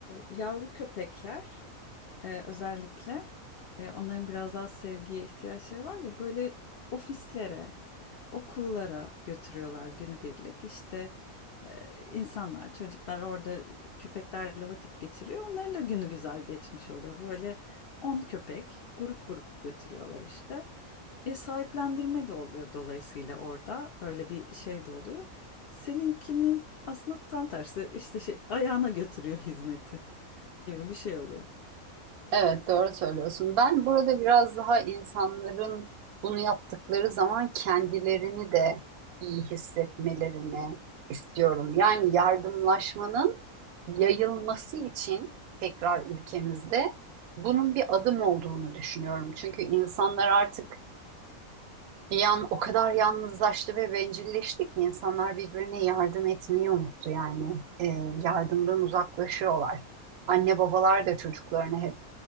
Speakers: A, on the left; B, on the right.
A: yavru köpekler e, özellikle e, onların biraz daha sevgiye ihtiyaçları var ya böyle ofislere, okullara götürüyorlar günübirlik. İşte e, insanlar, çocuklar orada köpeklerle vakit geçiriyor. Onların da günü güzel geçmiş oluyor. Böyle 10 köpek grup grup götürüyorlar işte. E, sahiplendirme de oluyor dolayısıyla orada öyle bir şey de oluyor. Seninkinin aslında tam tersi işte şey ayağına götürüyor hizmeti gibi bir şey oluyor.
B: Evet, doğru söylüyorsun. Ben burada biraz daha insanların bunu yaptıkları zaman kendilerini de iyi hissetmelerini istiyorum. Yani yardımlaşmanın yayılması için tekrar ülkemizde bunun bir adım olduğunu düşünüyorum. Çünkü insanlar artık Yan, o kadar yalnızlaştı ve bencilleşti ki insanlar birbirine yardım etmeyi unuttu yani. Ee, yardımdan uzaklaşıyorlar. Anne babalar da çocuklarına hep